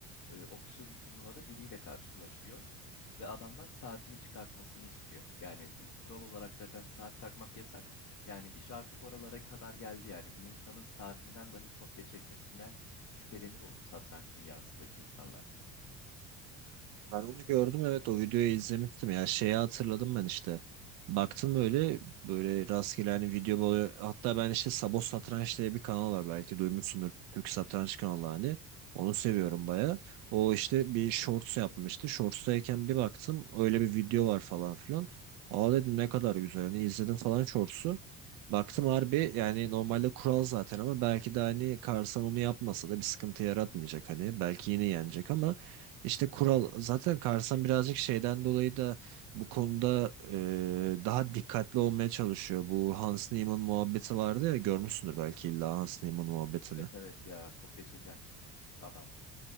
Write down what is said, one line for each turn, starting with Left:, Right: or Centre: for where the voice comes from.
Left: e, official bir turnuvada biriyle karşılaşıyor. Ve adamdan saatini çıkartmasını istiyor. Yani bu kural olarak zaten saat takmak yasak. Yani iş artık oralara kadar geldi yani. Bir insanın saatinden dahi kopya çekmesinden şüphelenir oldu satranç dünyasındaki insanlar.
Right: Ben onu gördüm evet o videoyu izlemiştim ya şeyi hatırladım ben işte. Baktım böyle böyle rastgele hani video böyle hatta ben işte Sabo Satranç diye bir kanal var belki duymuşsundur Türk Satranç kanalı hani. Onu seviyorum baya. O işte bir shorts yapmıştı. Shorts'tayken bir baktım öyle bir video var falan filan. Aa dedim ne kadar güzel hani izledim falan shorts'u. Baktım harbi yani normalde kural zaten ama belki de hani Karsan onu yapmasa da bir sıkıntı yaratmayacak hani. Belki yine yenecek ama işte kural zaten Karsan birazcık şeyden dolayı da bu konuda e, daha dikkatli olmaya çalışıyor. Bu Hans Niemann muhabbeti vardı ya görmüşsündür belki illa Hans Niemann muhabbetini.
Left: Evet evet ya kopya çeken adam